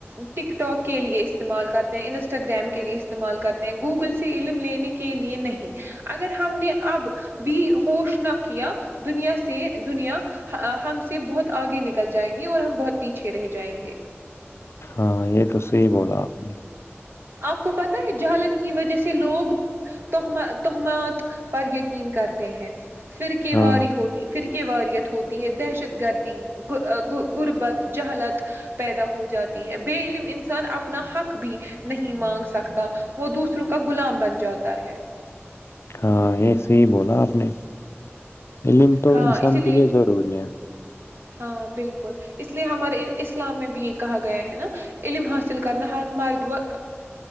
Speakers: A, on the right; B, on the left.
A: ٹک ٹاک کے لیے استعمال کرتے ہیں انسٹاگرام کے لیے استعمال کرتے ہیں گوگل سے علم لینے کے لیے نہیں اگر ہم نے اب بھی ہوش نہ کیا دنیا سے دنیا ہم سے بہت آگے نکل جائے گی اور ہم بہت پیچھے رہ جائیں گے
B: ہاں یہ تو صحی بولا آپ نے
A: آپ کو پتہ ہے جہالت کی وجہ سے لوگ توہمات پر یقین کرتے ہیں پھر کی
B: ہاں
A: واری ہوتی پھر کی کی واریت ہوتی ہے دہشت گردی غربت جہلت پیدا ہو جاتی ہے بے علم انسان اپنا حق بھی نہیں مانگ سکتا وہ دوسر ر کا غلام بن جاتا ہے
B: ہاں ایسے ہی بولا آپ نے علم تو
A: ہاں
B: انسان
A: اسی
B: کے لیے ضروری ہے
A: ہاں بالکل اس لیے ہمارے اسلام میں بھی یہ کہا گیا ہے نا علم حاصل کرنا ہر مرد و